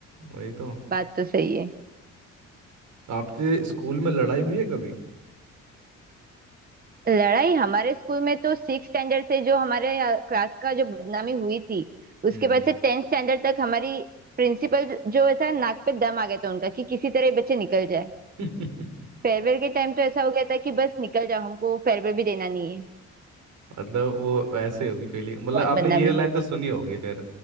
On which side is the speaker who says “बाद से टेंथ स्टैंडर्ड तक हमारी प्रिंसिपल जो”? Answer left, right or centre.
Right